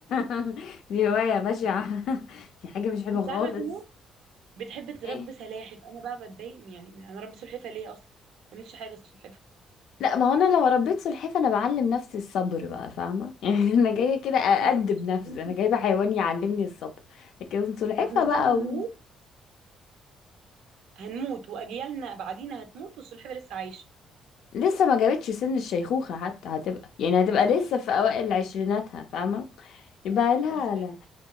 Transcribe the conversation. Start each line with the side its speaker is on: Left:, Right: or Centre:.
Left: <laughs> دي هواية بشعة <laughs> دي حاجة مش حلوة
Right: انت
Left: خالص
Right: عارفه في ناس بتحب تربي
Left: ايه
Right: سلاحف انا بقى بتضايق من- يعني انا ربي سلحفه ليه اصلا ما تعملش حاجه السلحفه
Left: لا ما هو انا لو ربيت سلحفاة انا بعلم نفسي الصبر بقى فاهمة <laughs> يعني انا جاية كده اادب
Right: انت
Left: نفسي
Right: انت
Left: انا جايبة حيوان يعلمني الصبر لكن سلحفاة
Right: ده احنا
Left: بقى
Right: كده هنموت
Left: و...
Right: هنموت واجيالنا بعدينا هتموت والسلحفه لسه عايشه
Left: لسه ما جابتش سن الشيخوخة حتى هتبقى يعني
Right: آه،
Left: هتبقى لسه في اوائل عشريناتها فاهمة يبقى
Right: آه،
Left: لها
Right: السلحفه
Left: لا